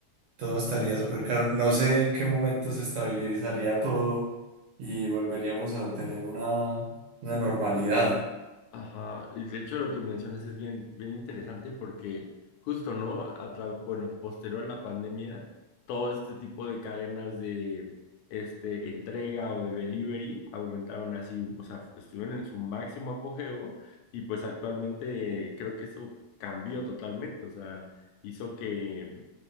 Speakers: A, on the right (about 75°); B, on the left (about 85°).
A: todo estaría
B: <clears throat>
A: súper caro. No sé en qué momento se estabilizaría todo y volveríamos a tener una, una normalidad.
B: Ajá, y de hecho lo que mencionas es bien, bien interesante porque justo, ¿no? A tra- bueno, posterior a la pandemia, todo este tipo de cadenas de este, entrega o de delivery aumentaron así, o sea, estuvieron en su máximo apogeo y pues actualmente eh, creo que eso cambió totalmente, o sea, hizo que,